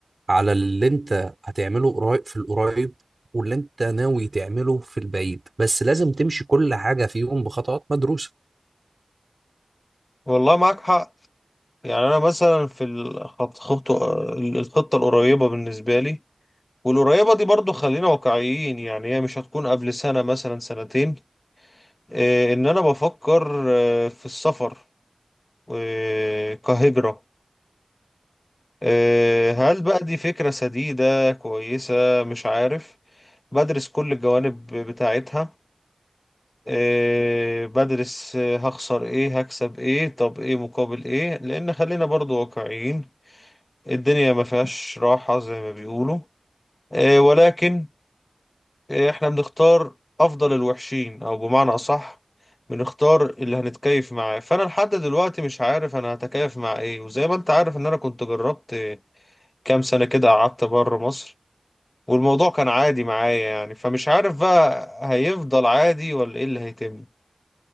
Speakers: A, on the right; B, on the left.
A: على اللي انت هتعمله قريب في القريب واللي انت ناوي تعمله في البعيد بس لازم تمشي كل حاجة فيهم بخطوات مدروسة
B: والله معاك حق يعني انا مثلا في الخط... خطة الخطة القريبة بالنسبة لي والقريبة دي برضو خلينا واقعيين يعني هي مش هتكون قبل سنة مثلا سنتين آه، ان انا بفكر آه، في السفر آه، كهجرة آه، هل بقى دي فكرة سديدة كويسة مش عارف بدرس كل الجوانب بتاعتها آه، بدرس آه، هخسر ايه هكسب ايه طب ايه مقابل ايه لان خلينا برضو واقعيين الدنيا ما فيهاش راحة زي ما بيقولوا آه، ولكن احنا بنختار افضل الوحشين او بمعنى اصح بنختار اللي هنتكيف معاه فانا لحد دلوقتي مش عارف انا هتكيف مع ايه وزي ما انت عارف ان انا كنت جربت كام سنة كده قعدت بره مصر والموضوع كان عادي معايا يعني فمش عارف بقى هيفضل عادي ولا ايه اللي هيتم